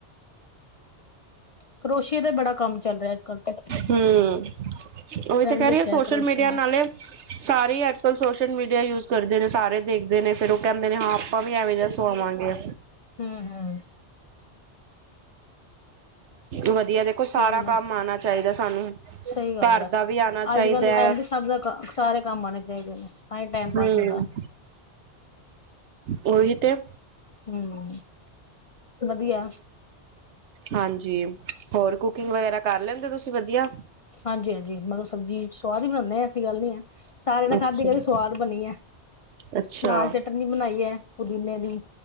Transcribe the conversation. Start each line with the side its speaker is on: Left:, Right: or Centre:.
Left: ਕਰੋਸ਼ੀਏ ਦਾ ਬੜਾ ਕੰਮ ਚੱਲ ਰਿਹਾ ਅੱਜ-ਕੱਲ੍ਹ ਤੇ
Right: ਹੁ।
Left: ਟਰੈਂਡ
Right: ਉਹੀ ਤਾਂ ਕਹਿ
Left: ਵਿੱਚ
Right: ਰਹੀ ਆ ਸੋਸ਼ਲ
Left: ਹੈ ਕਰੋਸ਼ੀਏ
Right: ਮੀਡੀਆ
Left: ਦਾ
Right: ਨਾਲੇ ਸਾਰੀ ਅੱਜਕਲ ਸੋਸ਼ਲ ਮੀਡੀਆ ਯੂਜ ਕਰਦੇ ਨੇ ਸਾਰੇ ਦੇਖਦੇ ਨੇ ਫੇਰ ਉਹ ਕਹਿੰਦੇ ਨੇ ਹਾ ਆਪਾਂ ਵੀ ਐਵੇ ਦਾ ਸੁਵਾਵਾਂਗੇ।
Left: ਹੂੰ-ਹੂੰ-ਹੂੰ
Right: <unintelligible> ਵਧੀਆ ਦੇਖੋ ਸਾਰਾ
Left: ਕੋਈ ਨਾ
Right: ਕੰਮ ਆਨਾ ਚਾਹੀਦਾ ਸਾਨੂੰ।
Left: ਸਹੀ ਗੱਲ
Right: ਘਰ
Left: ਹੈ।
Right: ਦਾ ਵੀ ਆਉਣਾ ਚਾਹੀਦਾ
Left: ਅੱਜ-ਕੱਲ੍ਹ ਦੇ ਟਾਈਮ ਤੇ ਸਭ ਦਾ ਸਾਰੇ ਕੰਮ ਆਣੇ ਚਾਹੀਦੇ ਨੇ ਤਾਂ ਹੀ ਟਾਈਮ
Right: ਹਮ।
Left: ਪਾਸ ਹੁੰਦਾ
Right: ਉਹ ਹੀ ਤੇ।
Left: ਹੂੰ ਵਧੀਆ
Right: ਹਾਂਜੀ ਹੋਰ ਕੁਕਿੰਗ ਵਗੈਰਾ ਕਰ ਲੈਂਦੇ ਤੁਸੀਂ ਵਧੀਆ
Left: ਹਾਂਜੀ-ਹਾਂਜੀ ਮੈਨੂੰ ਸਬਜ਼ੀ ਸੁਵਾਦ ਹੀ ਬਨਾਨੇ ਆ ਐਸੀ ਗੱਲ ਨਹੀਂ ਹੈ। ਸਾਰਿਆਂ ਨੇ
Right: ਅੱਛਾ
Left: ਖਾਧੀ ਕਹਦੇ ਸਵਾਦ ਬਨੀ ਹੈ।
Right: ਅੱਛਾ,
Left: ਨਾਲ ਚਟਨੀ ਬਣਾਈ ਹੈ ਪੁਦੀਨੇ ਦੀ